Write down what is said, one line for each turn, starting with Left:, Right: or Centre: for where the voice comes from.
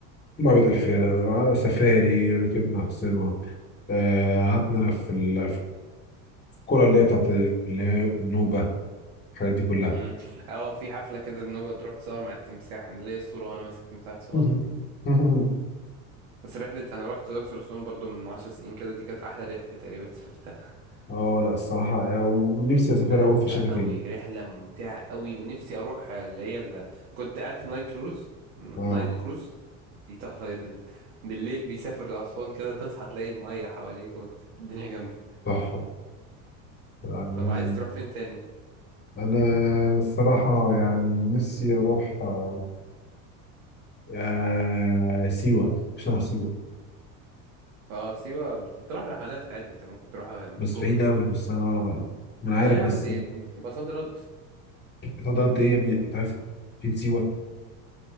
Left: معبد الفيلة آه، سفاري ركبنا حصينة آه، قعدنا في ال- في الكرة اللي هي بتاعت ال- اللي هي النوبة الحاجات دي كلها
Right: امم اه في حفله كده النوبه تروح تصور مع التمساح انا ليا الصوره وانا ماسك تمساح صغنن
Left: <laughs>
Right: كده بس رحلة أنا رحت الأقصر وأسوان برضو من عشر سنين كده دي كانت أحلى رحلة تقريبا سافرتها <laughs>
Left: اه لا الصراحة آه، ونفسي أسافر
Right: رحلة
Left: أوي
Right: ممتعة
Left: في الشتاء تاني
Right: أوي رحلة ممتعة أوي ونفسي أروح اللي هي اللي كنت قاعد في نايل كروز نايل
Left: اه
Right: كروز دي تحفة جدا بالليل بيسافر لأسوان كده تصحى تلاقي المية حواليك وت- <laughs> الدنيا جامدة
Left: تحفة يعني
Right: طب عايز تروح فين تاني؟
Left: انا الصراحه يعني نفسي اروح آه، آه، سيوه مش هروح سيوه
Right: اه سيوة بتطرح رحلات عادي انت ممكن تروحها بكرة
Left: بس بعيد قوي بس انا ما انا عارف
Right: لا يا
Left: بس
Right: عم دي دي بتبقى صد رد
Left: هتقعد قد ايه يا ابني انت عارف فين سيوه